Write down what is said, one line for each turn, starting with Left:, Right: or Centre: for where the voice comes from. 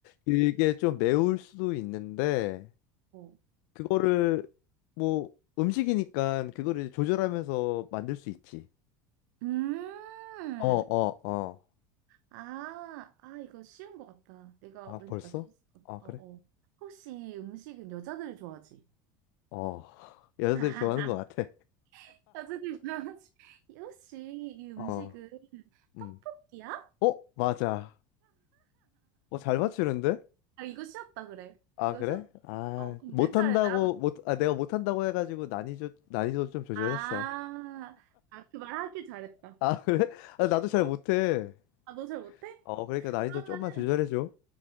Left: 이게 좀 매울 수도 있는데,
Right: 어.
Left: 그거를, 뭐, 음식이니까 그거를 조절하면서 만들 수 있지.
Right: 음.
Left: 어, 어, 어.
Right: 아, 아, 이거 쉬운 것 같다. 내가
Left: 아,
Right: 왠지
Left: 벌써?
Right: 맞췄을 것 같아.
Left: 아, 그래?
Right: 어, 어. 혹시 이 음식은 여자들이 좋아하지?
Left: 어. <laughs> 여자들이
Right: <laughs>
Left: 좋아하는 것 같아.
Right: 야채드려야지 <laughs> 역시 이이 음식은
Left: 어, 음.
Right: 떡볶이야?
Left: 어, 맞아. 어, 잘 맞추는데?
Right: 아 이거 쉬었다 그래
Left: 아,
Right: 이거
Left: 그래?
Right: 쉬었다
Left: 아,
Right: 어 그럼
Left: 못한다고,
Right: 내 차례 나도
Left: 못, 아, 내가 못한다고 해가지고 난이도, 난이도 좀 조절했어.
Right: 아아 그 말 하길 잘했다
Left: 아, <laughs> 그래? 아, 나도 잘
Right: 어
Left: 못해.
Right: 아 너 잘 못해?
Left: 어, 그러니까 난이도
Right: 그러면은
Left: 좀만 조절해줘.